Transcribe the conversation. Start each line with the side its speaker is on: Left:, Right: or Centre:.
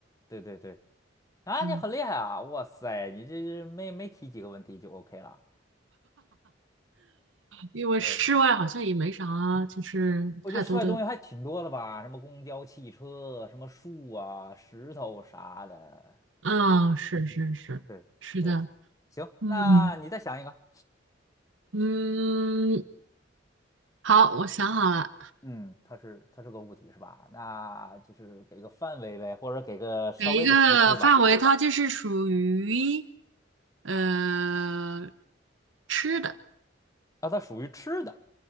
Left: 对，对，对，啊，
Right: 嗯。
Left: 你很厉害啊，哇塞，你这这没没提几个问题就 OK 了。
Right: 因为室外好像也没啥，
Left: 对。
Right: 就是太多的，
Left: 我觉得室外东西还挺多的吧，什么公交、汽车，什么树啊、石头啥的。
Right: 啊，是是是是的，
Left: 对对，行，
Right: 嗯
Left: 那你再想一个。
Right: 嗯，好，我想好了，
Left: 嗯，它是它是个物体是吧？那就是给个范围呗，或者给个稍微的提示吧。
Right: 给一个范围，它就是属于呃吃的，
Left: 啊，它属于吃的。